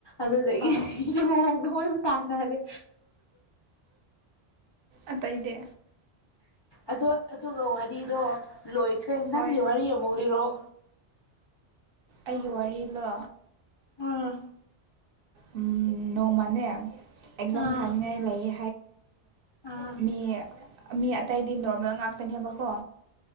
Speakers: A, on the left; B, on the right.
A: ꯑꯗꯨꯗꯒꯤꯗꯤ
B: ꯑꯥ
A: ꯌꯣꯡꯅ ꯃꯣꯏꯕꯨ ꯇꯥꯟꯅꯔꯦ
B: ꯑꯇꯩꯗꯤ
A: ꯑꯗꯨ ꯑꯗꯨꯒ ꯋꯥꯔꯤꯗꯣ ꯂꯣꯏꯈ꯭ꯔꯦ ꯅꯪꯒꯤ
B: ꯍꯣꯏ
A: ꯋꯥꯔꯤ ꯑꯃꯨꯛ ꯂꯤꯔꯛꯑꯣ
B: ꯑꯩꯒꯤ ꯋꯥꯔꯤꯂꯣ
A: ꯑꯥ
B: ꯎꯝ ꯅꯣꯡꯃꯅꯦ ꯑꯦꯛꯖꯥꯝ
A: ꯑꯥ
B: ꯊꯥꯅꯤꯡꯉꯥꯏ ꯂꯩꯌꯦ
A: ꯑꯥ
B: ꯃꯦ ꯃꯤ ꯑꯇꯩꯗꯤ ꯅꯣꯔꯃꯦꯜ ꯉꯥꯛꯇꯅꯦꯕꯀꯣ